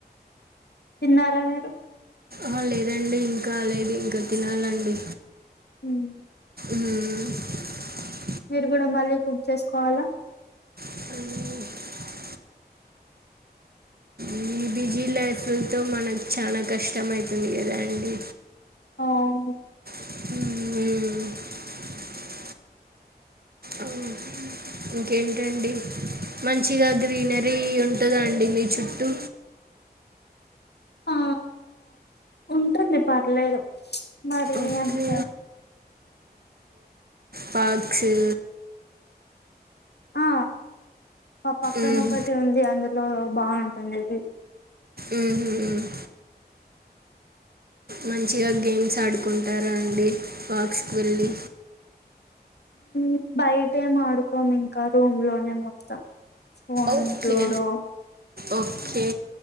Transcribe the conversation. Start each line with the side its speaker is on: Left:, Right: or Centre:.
Left: తిన్నారా మీరు
Right: ఆ లేదండి ఇంకా లేదు ఇంకా తినాలండి
Left: ఉమ్
Right: ఉమ్
Left: మీరు కూడా మళ్ళీ కుక్ చేసుకోవాలా
Right: అ ఈ బిజీ లైఫ్తో మనకు చాలా కష్టం అయ్తుంది కదా అండి
Left: అవును
Right: <inaudible> ఉహూమ్ అవ్ ఇంకేంటండి మంచిగా గ్రీనరీ అనిఉంటుందాండి మీ చుట్టూ
Left: అఆ ఉంటుంది పర్లేదు మరి
Right: ఓకే
Left: ఎంత
Right: పక్షి
Left: ఆ పా పక్కనొక్కటి
Right: మ్మ్.
Left: ఉంది అందులో బాగుంటుంది అది
Right: ఉమ్మ్ మంచిగా గేమ్స్ ఆడుకుంటారా అండి పాక్స్కి వెళ్ళి
Left: ఉబయటే ఆడుకోము ఇంకా రూమ్ లోనే మొత్తాం ఫోన్
Right: ఓకే
Left: లోూడో
Right: ఓకే